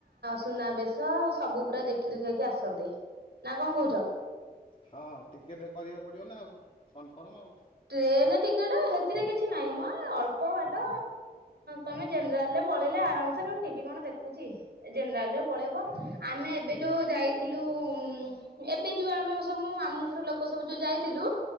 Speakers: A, on the right (about 75°); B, on the left (about 35°).
A: ସୁନାବେଶ ସବୁ ପୁରା ଦେଖି ଦୁଖେଇକି ଆସନ୍ତେ। ନା କଣ କହୁଛ?
B: ହଁ ଟିକେଟ୍ କରିବାକୁ ପଡ଼ିବ ନା ଆଉ କନଫର୍ମ ଆଉ।
A: ଟ୍ରେନ ଟିକେଟ ସେଥିରେ କିଛି ନାହିଁ ମ ଅଳ୍ପ ବାଟ ତମେ ଜେନେରାଲରେ ପଳେଇଲେ ଆରାମସେ କଣ ଟିଟି କଣ ଦେଖୁଛି ଜେନେରାଲରେ ପଳେଇବ ଆମେ ଏବେ ଯୋଉ ଯାଇଥିଲୁ ଆଉ ଏବେ ଯୋଉ ଆମେ ସବୁ ମାମୁ ଘର ଲୋକ ସବୁ ଯୋଉ ଯାଇଥିଲୁ